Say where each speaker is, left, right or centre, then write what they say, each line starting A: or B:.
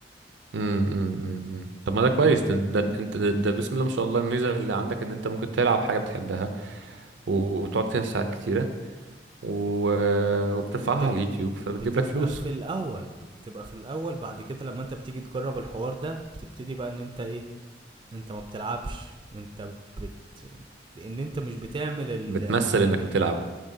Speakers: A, on the right; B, on the right.
A: امم امم طب ما ده كويس ده ده انت ده, ده بسم الله ما شاء الله الميزه اللي عندك ان انت ممكن تلعب حاجه بتحبها و- وتقعد فيها ساعات كتيره و... وبترفعها
B: بتب...
A: على اليوتيوب
B: بتبقى
A: فبتجيب لك فلوس
B: في الاول بتبقى في الاول بعد كده لما انت بتيجي تجرب الحوار ده بتبتدي بقى ان انت ايه انت ما بتلعبش انت بت لان انت مش بتعمل ال...
A: بتمثل انك بتلعب